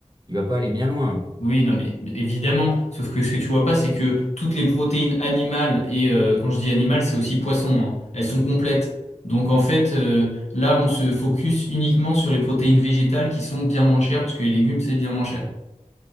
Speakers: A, on the right; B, on the left.
A: il va pas aller bien loin.
B: Oui, non, mais mais évidemment. Sauf que ce que tu vois pas, c'est que toutes les protéines animales, et euh, quand je dis animales, c'est aussi poisson, hein, elles sont complètes. Donc en fait, euh, là, on se focus uniquement sur les protéines végétales qui sont bien moins chères, parce que les légumes, c'est bien moins cher.